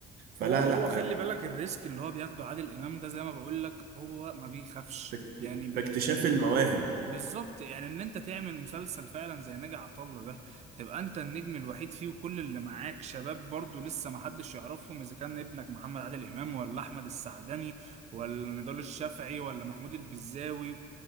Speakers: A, on the right; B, on the right.
A: فلا
B: هو هو
A: لا
B: خلي بالك الريسك اللي هو بياخده عادل امام ده زي ما بقول لك هو ما بيخافش
A: فاكت-
B: يعني بال...
A: فاكتشاف
B: بال...
A: المواهب
B: بالظبط يعني ان انت تعمل مسلسل فعلا زي ناجي عطا الله ده تبقى انت النجم الوحيد فيه وكل اللي معاك شباب برضو لسه ما حدش يعرفهم اذا كان ابنك محمد عادل امام ولا احمد السعدني ولا نضال الشافعي ولا محمود البزاوي